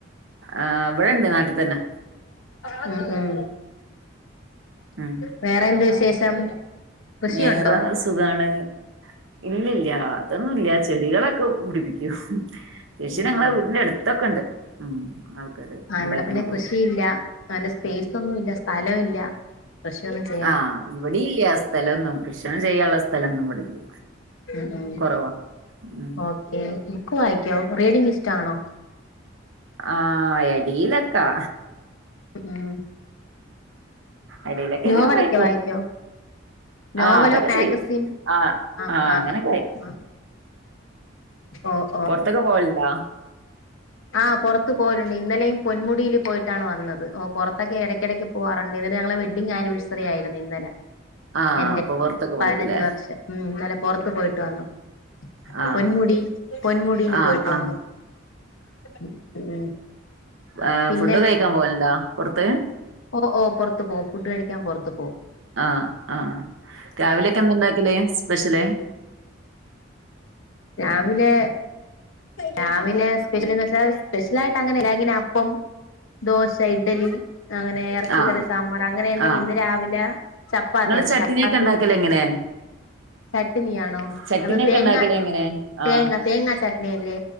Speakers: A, on the right; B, on the left.
A: ആഹ് ഇബടെണ്ട് നാട്ടിൽ തന്നെ
B: ഉം ഉം
A: ഉം
B: വേറെ എന്ത് വിശേഷം കൃഷിയുണ്ടോ
A: ഞേറാ സ് സുഖാണ് ഇല്ല്യില്ല അതൊന്നുല്ല്യ ചെടികളൊക്കെ പിടിപ്പിക്കും ഹും ഷി
B: ഉം
A: ഞങ്ങളെ
B: ഉം
A: വീടിന്റെടുത്തൊക്കെ ഉണ്ട് ഉം <unintelligible>
B: ആഹ്
A: ഉണ്ടാക്കണതും
B: ഇവിടെ പിന്നെ കൃഷിയില്ല ഇപ്പാന്റെ സ്‌പൈസ് ഒന്നും ഇല്ല സ്ഥലോം ഇല്ല കൃഷിയൊന്നും ചെ
A: ആഹ് ഇവടീം ഇല്ല സ്ഥലൊന്നും കൃഷിന്നും ചെയ്യാൻള്ള സ്ഥലന്നും ഇവിടെ ഇല്ല
B: ഉം ഉം
A: കുറവാ ഉം
B: ഓക്കെ ബുക്ക് വായിക്കോ റീഡിങ് ഇഷ്ടാണോ
A: ആഹ് എടീലക്കെ
B: ഉം
A: അടിയിലൊക്കെ
B: നോവലൊക്കെ
A: ഇങ്ങനെ വായിക്കും
B: വായിക്കോ നോവലോ
A: ആ അതൊക്കെ
B: മേഗസിൻ
A: ചെയ്യും ആ
B: ആഹ്
A: ആ
B: ആഹ്
A: അങ്ങനെയൊക്കെ
B: ആഹ്
A: വായിക്കും
B: ഓ
A: പൊറത്തൊക്കെ പോവലുണ്ടോ
B: ആഹ് പൊറ്ത്ത് പോവലുണ്ട് ഇന്നലെം പൊന്മുടീല് പോയിട്ടാണ് വന്നത് ഓ പൊറത്തൊക്കെ എടക്കെടക്ക് പോവാറുണ്ട് ഇന്നലെ ഞങ്ങളെ വെഡ്ഡിങ് ആനിവേഴ്സറി ആയിരുന്നു ഇന്നലെ
A: ആഹ്
B: എന്റെ
A: അപ്പൊ പൊറത്തൊക്കെ പോയിക്കൂലേ
B: പതിനഞ്ച് വർഷം ഉം ഇന്നലെ പൊറത്ത് പോയിട്ട് വന്നു
A: ആഹ്
B: പൊന്മുടില് പൊന്മുടിയിൽ
A: ആഹ്
B: പോയിട്ട്
A: ആഹ്
B: വന്നു ഉം ഉം
A: ഏഹ്
B: പിന്നെ
A: ഫുഡ് കഴിക്കാൻ പോകലുണ്ടാ പൊറത്ത്
B: ഓ ഓ പൊറ്ത്ത് പോവും ഫുഡ് കഴിക്കാൻ പൊറ്ത്ത് പോവും
A: ആഹ് ആഹ് രാവിലെക്കെന്താ ഇണ്ടാക്കല് സ്പെഷ്യല്
B: രാവിലെ രാവിലെ സ്പെഷ്യന്ന് വെച്ചാ സ്പെഷ്യലായിട്ട് അങ്ങനെല്ല ഇങ്ങനെ അപ്പം ദോശ ഇഡലി അങ്ങനെ എറച്ചിക്കറി
A: ആഹ്
B: സാമ്പാർ അങ്ങനെ എന്തെങ്കിം
A: ആഹ്
B: ഇന്ന് രാവിലെ ചപ്പാത്തിയാര്ന്ന്
A: നിങ്ങള് ചട്ടിനിയൊക്കെ
B: ചപ്പാത്തീം
A: ഉണ്ടാക്കല് എങ്ങനെ
B: ചട്ട്ണിയാണോ
A: ചട്ടിനിയൊക്കെ
B: അത് തേങ്ങ
A: ഉണ്ടാക്കല് എങ്ങനെ
B: തേങ്ങ
A: ആഹ്
B: തേങ്ങാ ചട്നിയല്ലേ